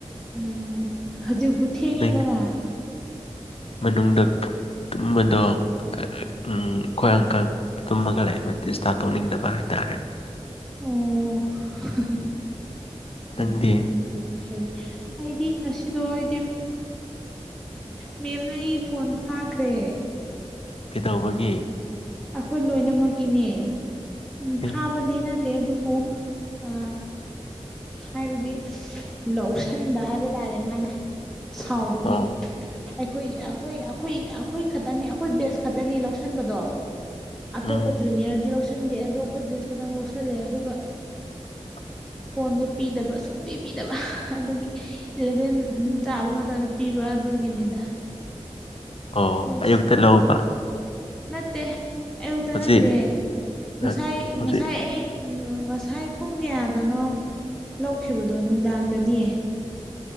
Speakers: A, in the centre; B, on the left.
A: ꯎꯝ ꯍꯧꯖꯤꯛꯕꯨ ꯊꯦꯡꯉꯦꯗꯅ
B: ꯅꯪꯗꯤ ꯃꯅꯨꯡꯗ ꯇꯨꯝꯕꯗꯣ ꯑꯩꯈꯣꯏ ꯑꯪꯀꯜ ꯇꯨꯝꯃꯒ ꯂꯩꯕ ꯗꯤꯁꯇꯞ ꯇꯧꯅꯤꯡꯗꯕ ꯍꯥꯏꯇꯥꯔꯦ
A: ꯑꯣ ꯑꯗꯨꯗꯤ
B: ꯅꯪꯗꯤ
A: ꯌꯥꯝ ꯐꯩ ꯑꯩꯗꯤ ꯉꯁꯤꯗꯣ ꯑꯩꯗꯤ ꯃꯦꯝꯅ ꯑꯩꯒꯤ ꯐꯣꯟ ꯐꯥꯈ꯭ꯔꯦ
B: ꯀꯩꯗꯧꯕꯒꯤ
A: ꯑꯩꯈꯣꯏ ꯂꯣꯏꯅꯃꯛꯀꯤꯅꯦ ꯎꯝ
B: ꯑꯦ
A: ꯐꯥꯕꯗꯤ ꯅꯠꯇꯦ ꯑꯗꯨꯕꯨ ꯎ ꯍꯥꯏꯕꯗꯤ ꯂꯧꯁꯤꯟꯕ ꯍꯥꯏꯕ ꯇꯥꯔꯦ ꯃꯥꯅ ꯁꯥꯎꯕꯒꯤ
B: ꯑꯣ
A: ꯑꯩꯈꯣꯏ ꯑꯩꯈꯣꯏ ꯑꯩꯈꯣꯏ ꯑꯩꯈꯣꯏ ꯈꯛꯇꯪꯅꯤ ꯑꯩꯈꯣꯏ ꯕꯦꯁ ꯈꯛꯇꯅꯤ ꯂꯧꯁꯟꯕꯗꯣ ꯑꯇꯣꯞꯄ
B: ꯎꯝ
A: ꯖꯨꯅꯤꯌꯔꯗꯤ ꯂꯧꯁꯤꯟꯗꯦ ꯑꯗꯣ ꯑꯩꯈꯣꯏ ꯕꯦꯁ ꯈꯛꯇꯪ ꯂꯧꯁꯜꯂꯦ ꯑꯗꯨꯒ
B: <unintelligible>
A: ꯐꯣꯟꯗꯣ ꯄꯤꯗꯕ ꯁꯨꯡ ꯄꯤꯕꯤꯗꯕ ꯑꯗꯨꯗꯒꯤ ꯏꯂꯚꯦꯟ ꯇꯥꯕ ꯃꯇꯝꯗ ꯄꯤꯕ ꯑꯗꯨꯒꯤꯅꯤꯗ
B: ꯑꯣ
A: ꯑꯩꯈꯣꯏꯁꯦ
B: ꯑꯌꯨꯛꯇ ꯂꯧꯕ
A: ꯅꯠꯇꯦ ꯑꯌꯨꯛꯇ
B: ꯍꯧꯖꯤꯛ
A: ꯅꯠꯇꯦ ꯉꯁꯥꯏ
B: ꯑ- ꯍꯧꯖꯤꯛ
A: ꯉꯁꯥꯏ ꯑꯩ ꯉꯁꯥꯏ ꯄꯨꯡ ꯀꯌꯥꯗꯅꯣ ꯂꯧꯈꯤꯕꯗꯣ ꯅꯨꯡꯗꯥꯡꯗꯅꯤꯌꯦ